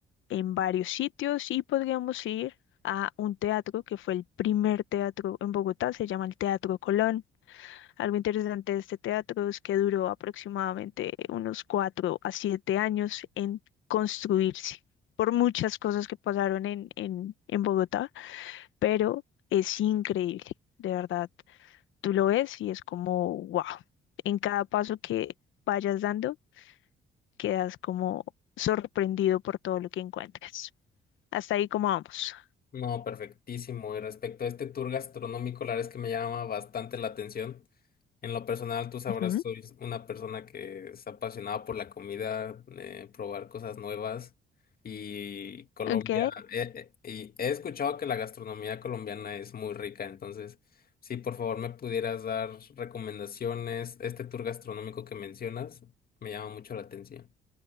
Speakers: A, on the left; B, on the left.
A: en varios sitios y podríamos ir a un teatro que fue el primer teatro en Bogotá, se llama el Teatro Colón. Algo interesante de este teatro es que duró aproximadamente unos cuatro a siete años en construirse por muchas cosas que pasaron en, en en Bogotá pero es increíble, de verdad. Tú lo ves y es como, wow. En cada paso que vayas dando, quedas como sorprendido por todo lo que encuentras. Hasta ahí como vamos.
B: No, perfectísimo. Y respecto a este tour gastronómico, la verdad es que me llama bastante la atención. En lo personal, tú sabrás,
A: Ujú.
B: soy una persona que es apasionada por la comida, eh, probar cosas nuevas. Y Colombia,
A: Ok,
B: eh, eh, y he escuchado que la gastronomía colombiana es muy rica. Entonces, si por favor me pudieras dar recomendaciones, este tour gastronómico que mencionas, me llama mucho la atención.